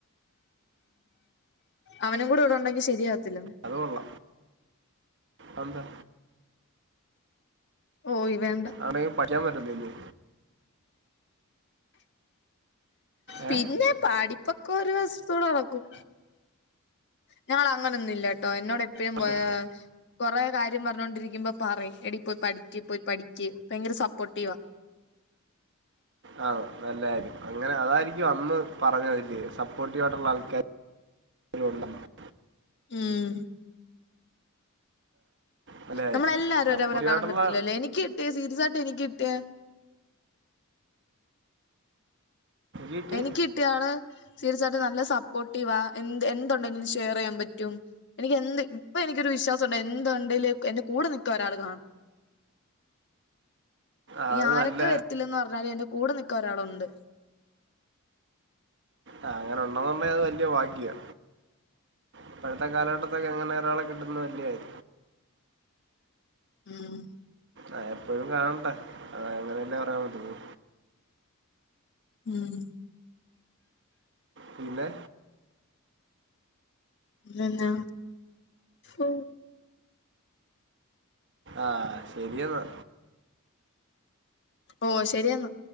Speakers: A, on the left; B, on the right.
A: അവനും കൂടെ ഇവിടുണ്ടെങ്കി ശരിയാകത്തില്ലന്നേ.
B: അതു കൊള്ളാം. അതെന്താ?
A: ഓയ് വേണ്ട.
B: അവിടെക്കെ പക്കാൻ പറ്റത്തില്ലെ?
A: പിന്നെ
B: ഏ
A: പഠിപ്പൊ ക്കൊരു വശത്തുടെ നടക്കും. ഞങ്ങള് അങ്ങനൊന്നും ഇല്ലാട്ടോ എന്നോട് എപ്പഴും
B: പ്രശ്നം.
A: പോയ കൊറെ കാര്യം പറഞ്ഞോണ്ടിരിക്കുമ്പോ പറയും എടീ പോയി പഠിക്ക് പോയി പഠിക്ക്. ഭയങ്കര സപ്പോർട്ടീവാ.
B: ആ നല്ല കാര്യം. അങ്ങനെ അതായിരിക്കും അന്ന് പറഞ്ഞതല്ലിയോ സപ്പോർട്ടീവായിട്ടുള്ള ആൾക്കാ രുണ്ടെന്ന്.
A: ഉമ്
B: നല്ല കാര്യം
A: നമ്മളെല്ലാവരേം
B: സപ്പോർട്ടീവ്
A: ഒരേപോലെ കാണാൻ
B: ആയിട്ടുള്ള
A: പറ്റത്തില്ലല്ലോ. എനിക്കിട്ടി സീരിയസായിട്ട് എനിക്കാ കിട്ടിയെ.
B: കിട്ടി
A: എനിക്ക് കിട്ടിയ ആള് സീരിയസ് ആയിട്ട് നല്ല സപ്പോർട്ടീവാ. എ എന്തുണ്ടെങ്കിലും ഷെയർ ചെയ്യാൻ പറ്റും. എനിക്ക് എന്ത് ഇപ്പ എനിക്കൊരു വിശ്വാസം ഉണ്ട് എന്തുണ്ടെങ്കിലും എന്റെ കൂടെ നിൽക്കാൻ ഒരാള് കാണും.
B: അത്
A: ഇനി ആരൊക്കെ
B: നല്ല
A: വരത്തില്ലന്ന് പറഞ്ഞാലും എന്റെ കൂടെ നിക്കാൻ ഒരാളുണ്ട്.
B: ആഹ് അങ്ങനെ ഉള്ളതന്നെ അത് വലിയ ഭാഗ്യാ. ഇപ്പഴത്തെ കാലഘട്ടത്തൊക്കെ അങ്ങനെ ഒരാളെ കിട്ടുന്നത് വല്ല്യ കാര്യ
A: ഉംഹ്
B: ആഹ് എപ്പോഴും കാണണ്ടാ അതുഅങ്ങനല്ലേ പറയാൻ പറ്റത്തുള്ളൂ.
A: ഉമ്
B: പിന്നെ
A: പിന്നെ എന്നാ ഉമ്
B: ആഹ് ശരിയെന്നാ.
A: ഓഹ് ശരിയെന്നാ.